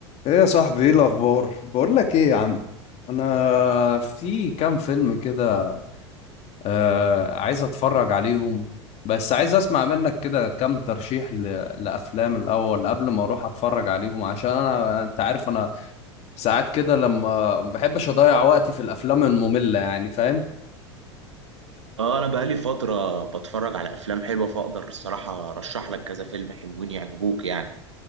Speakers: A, on the left (about 45°); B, on the right (about 90°).
A: ايه يا صاحبي ايه الاخبار بقول لك ايه يا عم انا في كام فيلم كده آه عايز اتفرج عليهم بس عايز اسمع منك كده كام ترشيح ل... لافلام الاول قبل ما اروح اتفرج عليهم عشان انا انت عارف انا ساعات كده لما ما بحبش اضيع وقتي في الافلام المملة يعني فاهم
B: اه انا بقالي فترة بتفرج على افلام حلوة فاقدر الصراحة ارشح لك كذا فيلم حلوين يعجبوك يعني